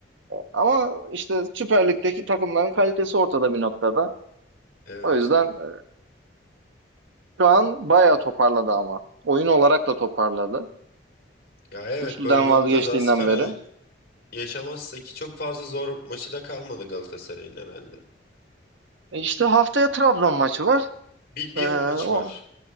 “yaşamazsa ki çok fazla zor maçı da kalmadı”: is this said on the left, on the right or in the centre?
Left